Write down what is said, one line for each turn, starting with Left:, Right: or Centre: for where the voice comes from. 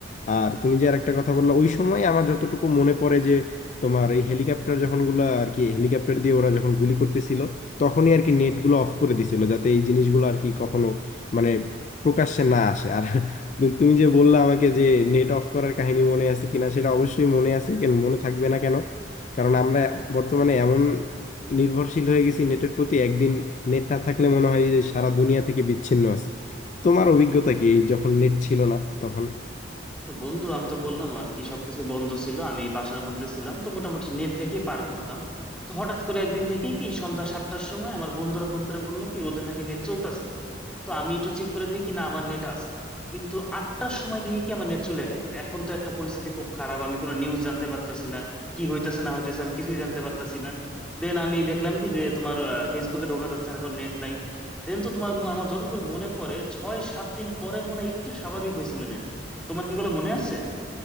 Left: আর তুমি যে আর একটা কথা বললা ওই সময় আমার যতটুকু মনে পড়ে যে তোমার এই হেলিকপ্টার যখন গুলা আর কি হেলিকপ্টার দিয়ে ওরা যখন গুলি করতেছিল তখনই আর কি নেটগুলো অফ করে দিছিল যাতে এই জিনিসগুলো আর কি কখনো মানে প্রকাশ্যে না আসে আর <laughs> তুমি যে বললা আমাকে যে নেট অফ করার কাহিনী মনে আছে কিনা সেটা অবশ্যই মনে আছে কেন মনে থাকবে না কেন কারণ আমরা বর্তমানে এমন নির্ভরশীল হয়ে গেছি নেটের প্রতি একদিন নেট না থাকলে মনে হয় যে সারা দুনিয়া থেকে বিচ্ছিন্ন আছি তোমার অভিজ্ঞতা কি এই যখন নেট ছিল না তখন
Centre: তো বন্ধু আমি তো বললাম আর কি সবকিছু বন্ধ ছিল আমি বাসার মধ্যে ছিলাম তো মোটামুটি নেট দেখে পার করতাম তো হঠাৎ করে একদিন দেখি কি সন্ধ্যা সাতটার সময় আমার বন্ধুরা ফোন করে বললো কি ওদের নাকি নেট চলতেছে না তো আমি একটু চেক করে দেখি কি না আমার নেট আছে কিন্তু আটটার সময় দেখি কি আমার নেট চলে গেল এখন তো একটা পরিস্থিতি খুব খারাপ আমি কোনো নিউজ জানতে পারতাছি না কি হইতেছে না হইতেছে আমি কিছুই জানতে পারতাছি না দেন আমি দেখলাম কি যে তোমার ফেসবুকে ঢোকা যাচ্ছে না কারণ নেট নাই দেন তো তোমার ম- আমার যতদূর মনে পড়ে ছয় সাত দিন পরে মনে হয় একটু স্বাভাবিক হয়েছিল তোমার কি এগুলো মনে আছে